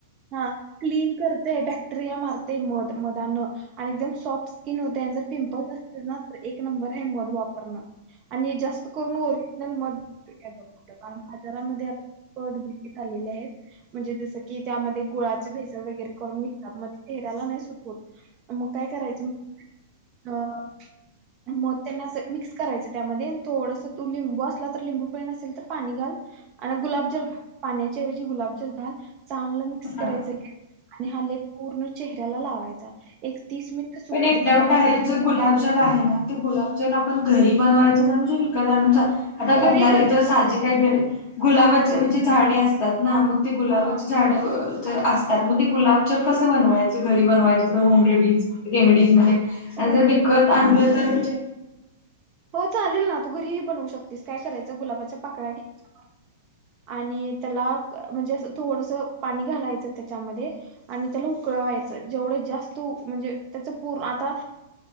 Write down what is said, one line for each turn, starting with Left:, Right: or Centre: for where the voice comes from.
Right: हा क्लीन करते बॅक्टेरिया मारते मध मधान आणि एकदम सॉफ्ट स्किन होते आण जर पिंपल्स असतील ना एक नंबर हाय मध वापरनं. आणि जास्त करून ओरिजनल मध बघ कारण बाजारामध्ये आता फ्राॅड बिकी झालेले आहेत म्हणजे जस की त्यामध्ये गुळाचे भेसर वगैरे करून विकतात, मग ते चेहऱ्याला नाही सुट होत. मग काय करायचं? अं मग त्यांना असं मिक्स करायचं त्यामध्ये थोडस तू लिंबू असला तर लिंबू पिळ नसेल तर पाणी घाल आणि गुलाबजल पाण्याच्याऐवजी गुलाबजल घाल चांगलं मिक्स
Left: हा
Right: करायचा आणि हा लेप पूर्ण चेहऱ्याला लावायचा एक तीस मिनिट सुकू
Left: पण एक
Right: द्यायचा
Left: डाऊट आहे याचात गुलाबजल आहे ना ते गुलाबजल आपण घरी बनवायचं का म्हणजे विकत आणून चा- आता
Right: घरी
Left: आपल्या
Right: बन
Left: इथ साजे काय गुलाबाचे म्हणजे झाडे असतात ना मग ते गुलाबाची
Right: हा
Left: झाडं असतात मग ते गुलाबजल कसं बनवायचं घरी बनवायचं असं होम रेडी रेमेडीज मध्ये आणि
Right: होम
Left: जर विकत
Right: रेमेडी
Left: आणलं तर म्हणजे-
Right: हो चालेल ना तू घरीही बनवू शकतेस काय करायचं गुलाबाच्या पाकळ्या घ्यायचा आणि त्याला म्हणजे असं थोडस पाणी घालायचं त्याच्यामध्ये- आणि त्याला उकळवायचं जेवढं जास्त उ म्हणजे त्याच- पर्ण आता